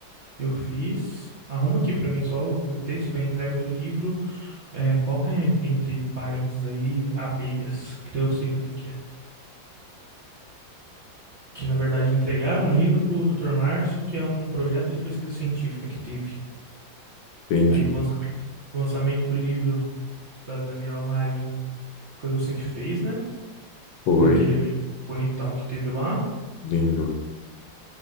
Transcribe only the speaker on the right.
eu fiz. Arruma aqui pra mim só o, o texto, a entrega do livro. É, coloca em- entre parênteses aí abelhas, que daí eu sei do que que é que na verdade entregaram um livro pro o Dr. Márcio, que é um projeto de pesquisa científica que teve.
Aí o lançamento, o lançamento do livro da Daniela Marinho foi você que fez, né?
Foi aquele evento bonitão que teve lá.